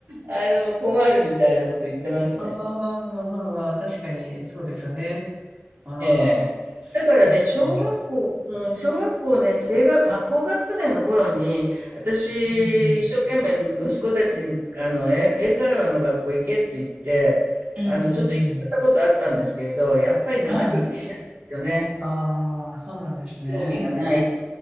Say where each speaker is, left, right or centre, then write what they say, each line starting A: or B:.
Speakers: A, on the right; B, on the right.
A: あの、困るみたいなこと言ってますね。
B: ああ、まあまあ、確かに、そうですよね。ああ、
A: ええ。だからね、
B: 確かに。
A: 小学校うん、小学校ね、低学あ、高学年の頃に、私、
B: うん、うん。
A: 一生懸命息子たちに、あの、英英会話の学校行けって言って、
B: うん、
A: あの、
B: うん、
A: ちょっと行ったことあったんですけど、
B: うん。
A: やっぱり長続きしないんですよね。
B: はい。ああ、そうなんですね。
A: 興味がない